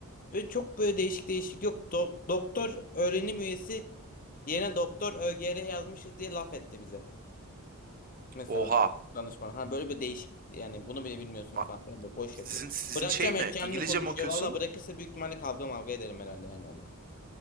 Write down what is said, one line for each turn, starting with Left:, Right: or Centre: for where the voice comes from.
Left: Böyle çok böyle değişik değişik yok. Do- doktor öğrenim üyesi yerine doktor ÖGR yazmışız diye laf etti bize. Mesela
Right: oha.
Left: danışman. Ha böyle bir değişik yani bunu bile bilmiyorsunuz
Right: A-
Left: falan filan böyle boş
Right: Sizin
Left: yapıyor.
Right: sizin
Left: Bırakacağım
Right: şey mi?
Left: edeceğimini
Right: İngilizce
Left: konuşuyor.
Right: mi okuyorsun?
Left: Valla bırakırsa büyük ihtimalle kavga mavga ederim herhalde yani onunla.